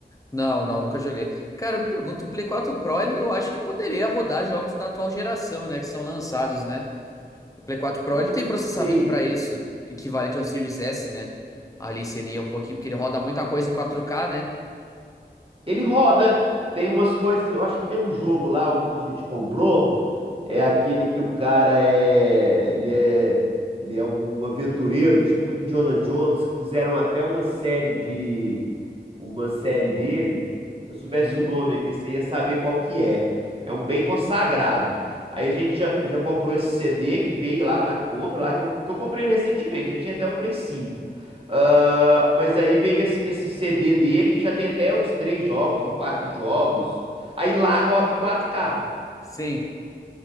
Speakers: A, on the left; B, on the right.
A: Não, não, nunca joguei. Cara, eu me pergunto, o Play 4 Pro, ele, eu acho que poderia rodar jogos da atual geração, né? Que são lançados, né? O Play 4 Pro,
B: Não
A: ele tem processamento
B: sei.
A: pra isso, equivalente ao Series S, né? Ali seria um pouquinho, porque ele roda muita coisa em 4K, né?
B: Ele roda. Tem umas coisas. Eu acho que tem um jogo lá, um que a gente comprou, é aquele que o cara é. Ele é. Ele é um aventureiro, tipo o Indiana Jones, que fizeram até uma série de. Uma série dele. Se eu soubesse
A: Uhum.
B: o nome aqui, você ia saber qual que é. É um bem consagrado. Aí a gente já, já comprou esse CD que veio lá na compra, lá que eu, que eu comprei ele recentemente, já tinha até o Play 5. Ah, mas aí veio esse, esse CD dele que já tem até os três jogos ou quatro jogos. Aí lá roda em 4K.
A: Sim.